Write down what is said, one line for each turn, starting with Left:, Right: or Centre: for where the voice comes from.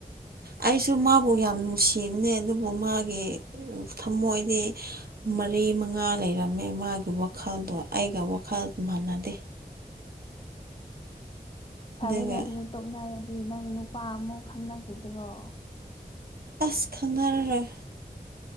Right: ꯑꯩꯁꯨ ꯃꯥꯕꯨ ꯌꯥꯝ ꯅꯨꯡꯁꯤꯕꯅꯦ ꯑꯗꯨꯕꯨ ꯃꯥꯒꯤ ꯊꯃꯣꯏꯗꯤ ꯃꯔꯤ ꯃꯉꯥ ꯂꯩꯔꯝꯃꯦ ꯃꯥꯒꯤ ꯋꯥꯈꯜꯗꯣ ꯑꯩꯒ ꯋꯥꯈꯜ ꯃꯥꯟꯅꯗꯦ
Left: ꯐꯔꯦꯅꯦ
Right: ꯑꯗꯨꯒ
Left: ꯑꯗꯨꯗꯤ ꯇꯣꯛꯅꯔꯗꯤ ꯅꯪ ꯅꯨꯄꯥ ꯑꯃꯨꯛ ꯈꯪꯅꯈꯤꯗ꯭ꯔꯣ
Right: ꯑꯁ ꯈꯪꯅꯔꯔꯣꯏ